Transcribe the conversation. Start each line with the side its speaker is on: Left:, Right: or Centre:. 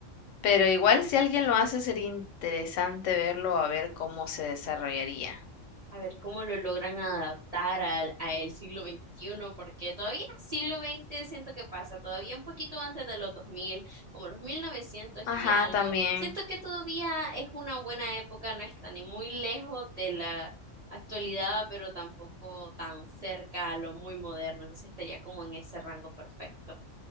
Left: pero igual si alguien lo hace sería interesante verlo a ver cómo se desarrollaría.
Right: a ver cómo lo logran adaptar al, a el siglo XXI, porque todavía siglo XX siento que pasa, todavía un poquito antes de los 2000, como los 1900
Left: Ajá,
Right: y algo.
Left: también.
Right: Siento que todavía es una buena época, no está ni muy lejos de la actualidad, pero tampoco tan cerca a lo muy moderno, entonces estaría como en ese rango perfecto.